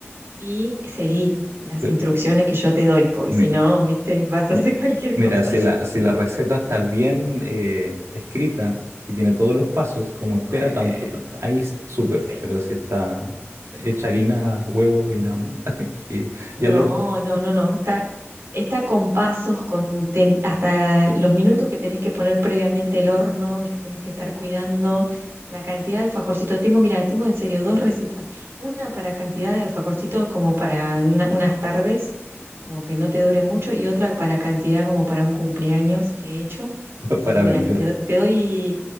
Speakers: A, on the right (about 60°); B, on the right (about 85°).
A: y seguí las
B: Pero
A: instrucciones que yo te doy, porque
B: me-
A: si no, viste, vas a
B: me-
A: hacer cualquier
B: mira,
A: cosa.
B: si la, si la receta está bien eh, escrita y tiene todos los pasos, como espera
A: <laughs>
B: tanto,
A: Eh,
B: tanto, ahí es súper,
A: Sí.
B: pero si está hecha harina, huevo y nada más, <laughs> y,
A: No,
B: y al horno
A: no, no, no. Está, está con pasos, con tem- hasta los minutos que tenés que poner previamente el horno, que tenés que estar cuidando, la cantidad de alfajorcitos. Tengo, mira, tengo en serio dos recetas. Una para cantidad de alfajorcitos como para una- unas tardes, como que no te dure mucho, y otra para cantidad como para un cumpleaños que he hecho.
B: <laughs>
A: Así
B: para
A: que mira,
B: vender.
A: te, do- te doy,